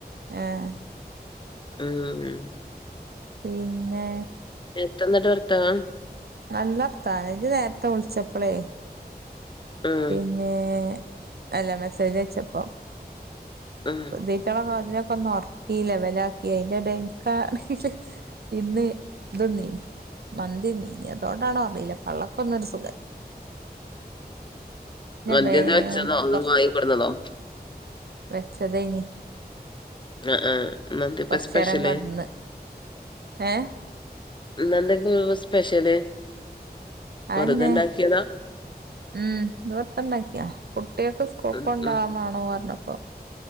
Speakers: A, on the right (about 75°); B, on the left (about 30°).
A: ഏഹ്
B: ഉം
A: പിന്നെ
B: എത്തന്നിട്ട് വർത്തനം
A: നല്ല വർത്തനം ഇജ്ജ് നേരത്തെ വിളിച്ചപ്പളേ
B: ഉം
A: പിന്നെ അല്ല മെസ്സേജ് അയച്ചപ്പം
B: ഉം
A: ഈ റ്റളെ പകലൊക്കൊന്ന്ന്ന് ഒറക്കി ലെവലാക്കി അതിന്റെ എടയിൽ ഇൻകാണെങ്കിൽ ഇന്ന് ദ്ന്നീ മന്തി ന്നീന്ന് അതൊണ്ടാണോ അറിയില്ല പള്ളക്കൊന്നും ഒര് സുഖ
B: മന്തിന്ന്
A: ബേ
B: വെച്ചതോ അതോ
A: കൊറച്ച്
B: വാങ്ങിക്കൊടുന്നതോ
A: ച തൈനി
B: ആഹ് ആഹ് ഇന്നെന്തിപ്പ
A: കൊറചേരം
B: സ്പെഷ്യല്
A: കെടന്ന് ഏ
B: ഇന്നന്തൊക്ക സ്പെഷ്യല്
A: അ
B: വെറുതെ
A: അന്നെ
B: ഇണ്ടാക്കിയതാ?
A: ഉം ഓലപ്പണ്ടാക്കിയാ കുട്ടിയക്ക് <unintelligible>
B: ഉം
A: ക്കൊണ്ടാൻമാണോ
B: ഉം
A: പറഞ്ഞപ്പോ